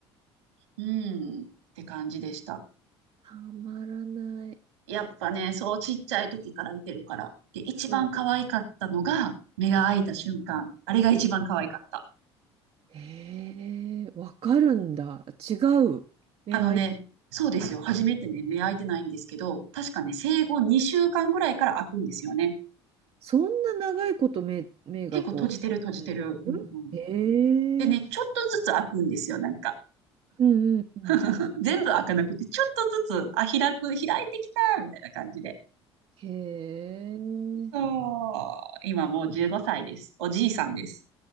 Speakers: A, on the right; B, on the right.
A: うん、って感じでした。
B: たまらない。
A: やっぱね、そうちっちゃい時からいてるから。で、一番可愛かったのが、
B: うん、
A: 目が開いた瞬間。
B: うん
A: あれが一番可愛かった。
B: へえー、わかるんだ。違う。目、
A: あのね、
B: あい、
A: そうですよ。初めてね、目開いてないんですけど、確かね、生後2週間ぐらいから開くんですよね。
B: そんな長いこと目、目がこ
A: 結構閉じてる閉じてる。うんうん、
B: う。うんへえー、
A: でね、ちょっとずつ開くんですよ、なんか。
B: うんうんうん
A: <laughs> 全部開かなくて、ちょっとずつ、あ、開く、開いてきた、みたいな感じで。
B: へえ。
A: そう。今もう15歳です。おじいさんです。